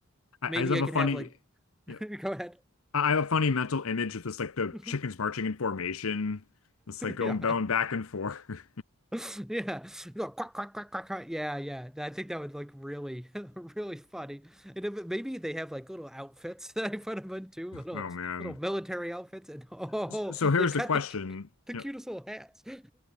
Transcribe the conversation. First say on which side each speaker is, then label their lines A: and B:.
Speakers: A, on the left (about 75°); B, in the centre.
A: I
B: maybe
A: I just have
B: I
A: a
B: could
A: funny
B: have like, <laughs>
A: yeah.
B: go ahead.
A: I have a funny mental image of this like the
B: <laughs>
A: chickens marching in formation. It's like going
B: Yeah.
A: bowing back and forth. <laughs>
B: <laughs> Yeah. No, quack, quack, quack, quack, quack. Yeah, yeah. I think that would look really, <laughs> really funny. And if, maybe they have like little outfits <laughs> that I put them into, little
A: Oh man.
B: little military outfits, and <laughs> oh,
A: S- So
B: they've
A: here's
B: got
A: the question.
B: the cu- the cutest
A: Yep.
B: little hats. <laughs>